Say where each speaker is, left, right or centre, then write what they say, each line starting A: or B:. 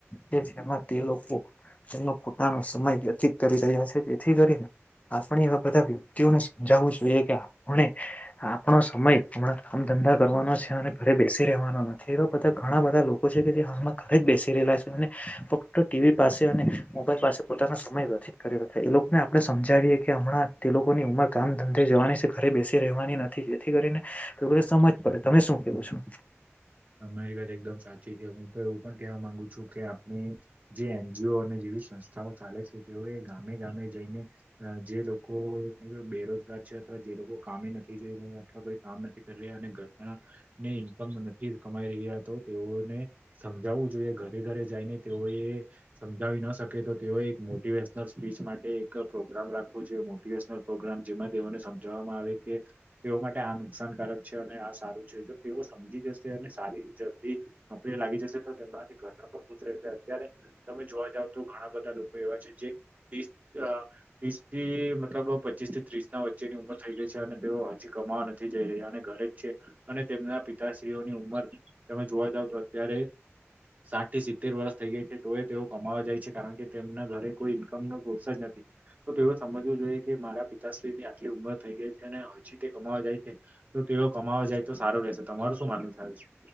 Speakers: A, on the left (about 30°); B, on the right (about 30°).
A: કે જેમાં તે લોકો એનો પોતાનો સમય વ્યતીત કરી રહ્યા છે, જેથી કરીને આપણે એવા બધા વ્યક્તિઓને સમજાવવું જોઈએ કે, આપણે આપણો સમય હમણાં કામ-ધંધા કરવાનો છે અને ઘરે બેસી રહેેવાનો નથી. એવા બધા ઘણા બધા લોકો છે. જે હાલમાં ઘરે જ બેસી રહેલા છે, અને ફક્ત ટીવી પાસે અને મોબાઈલ પાસે પોતાનો સમય વધી કરે એ લોકને આપડે સમજાવીએ કે, હમણાં તે લોકોની ઉંમર કામ-ધંધે જવાની છે, ઘરે બેસી રહેવાની નથી. થી જેથી કરીનેન એ લોકો ને સમજ પડે, તમે શું કેવો છો.
B: તમારી વાત એકદમ સાચી છે, હું તો એવું પણ કેવા માંગુ છું, કે આપણી જે એન. જી. ઓ. અને સંસ્થાઓ ચાલે છે, તેઓ એ ગામે ગામે જઈને જે લોકો બેરોજગાર છે. જે લોકો કામે નથી જઈ રહ્યા, અથવા કામ નથી કરી રહ્યા, અને ઘરના ને ઈનકમ કમાઈ રહ્યા હતો તેઓને સમજાવવું જોઈએ ઘરે ઘરે જઈને તેઓ એ સમજાવી ન શકે તો તેઓ એક મોટિવેશનલ સ્પીચ માટે એક પ્રોગ્રામ રાખવો જો મોટિવેશનલ પ્રોગ્રામ જેમાં તે તેઓને સમજાવવામાં આવે કે, તેઓ માટે આ નુકસાનકારક છે, અને આ સારું છે, જો તેઓ સમજી જશે. છે અને સારી જલ્દી નોકરી લાગી જશે, તો તેમનાથી ઘર ના પણ ખુશ રહે છે. અત્યારે તમે જોવા જાવ. બધું ઘણા બધા લોકો એવા છે, જે તીસ ત્રીસ થી, મતલબ પચીસ થી ત્રીસ ના વ વચ્ચેની ઉંમર થઈ ગઈ છે, અને તેઓ હજી કમાવા નથી જઈ રહ્યા, અને ઘરે જ છે, અને તેમના પિતા સ્ત્રીઓની ઉંમર, તમે જોવા જાવ તો, અત્યારે સાત થી સિત્તેર વર્ષ થઈ ગઈ છે, તો એ તેઓ કમાવા જાય છે, કારણ કે તેમના ઘરે કોઈ ઈન્કમ નો સોર્સ જ નથી. તો તો એ સમજવું જોઈએ કે, મારા પિતાશ્રી ની આટલી ઉંમર થઈ ગઈ છે અને હજી તે કમાવા જાય છે.. તો તે કમાવા જાય, તો સારુ રહેશે. તમારુ શું માનવું છે આ વિશે?